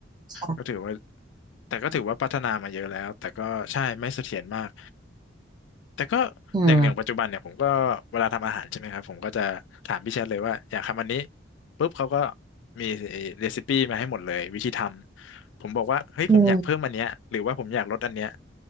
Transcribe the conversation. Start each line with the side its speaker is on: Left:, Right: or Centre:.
Right: ใช่
Left: ก็ถือว่าแต่ก็ถือว่าพัฒนามาเยอะแล้วแต่ก็ใช่ไม่เสถียรมากแต่ก็อย่างอย่างปัจจุบันเนี่ยผมก็เวลาทำอาหารใช่ไหมครับผมก็จะถามพี่แชทเลยว่าอยากทำอันนี้
Right: อืม
Left: ปุ๊บเขาก็มีเรซิปี้มาให้หมดเลยวิธีทำผมบอกว่าเฮ้ยผมอยากเพิ่มอันเนี้ยหรือว่าผมอยากลดอันเนี้ย
Right: อืม